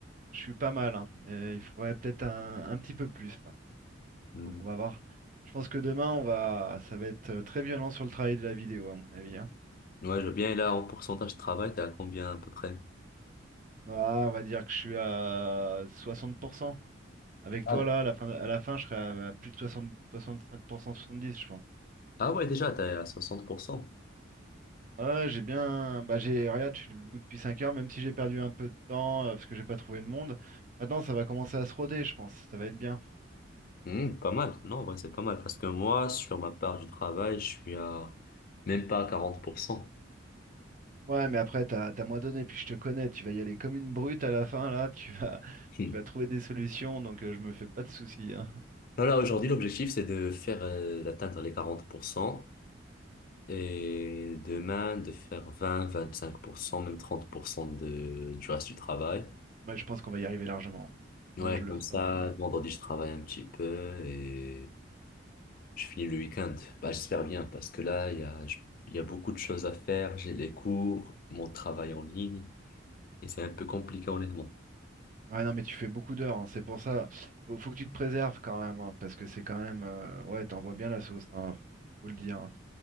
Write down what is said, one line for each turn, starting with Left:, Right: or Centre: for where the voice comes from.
Right: Je suis pas mal, hein. Mais il faudrait peut-être un, un petit peu plus là.
Left: Hmm.
Right: Donc on va voir. Je pense que demain, on va, ça va être euh, très violent sur le travail de la vidéo, à mon avis. hein.
Left: Ouais, je veux bien. Et là, en pourcentage de travail, t'es à combien à peu près?
Right: Ah, on va dire que je suis à soixante pour cent Avec
Left: Ah,
Right: toi, là, à la fin, à la fin, je serai à à plus de 60, 65%, 70, je pense.
Left: ah ouais, déjà, t'es à 60%.
Right: Ouais, j'ai bien. Bah, j'ai. Regarde, je suis debout depuis 5 heures, même si j'ai perdu un peu de temps euh, parce que j'ai pas trouvé de monde. Maintenant, ça va commencer à se roder, je pense. Ça va être bien.
Left: Hmm, pas mal. Non, en vrai, c'est pas mal. Parce que moi, sur ma part du travail, je suis à même pas à 40%.
Right: Ouais, mais après, t'as, t'as moins donné, puis je te connais. Tu vas y aller comme une brute à la fin, là. Tu vas, <laughs>
Left: Hmm.
Right: tu vas trouver des solutions, donc euh, je me fais pas de soucis. hein.
Left: Non, là, aujourd'hui, l'objectif, c'est de faire, euh, d'atteindre les 40% et demain, de faire 20, 25%, même 30% de, du reste du travail.
Right: Moi, je pense qu'on va y arriver largement.
Left: Ouais,
Right: Moi, je
Left: comme
Right: le sens.
Left: ça,
Right: euh.
Left: vendredi, je travaille un petit peu et je finis le week-end. Bah, j'espère bien parce que là, il y a, je- il y a beaucoup de choses à faire. J'ai les cours, mon travail en ligne et c'est un peu compliqué, honnêtement.
Right: Ouais, non, mais tu fais beaucoup d'heures. hein, C'est pour ça. Faut, faut que tu te préserves quand même, hein, parce que c'est quand même. euh, Ouais, t'envoies bien la sauce. hein, Faut, faut le dire. hein.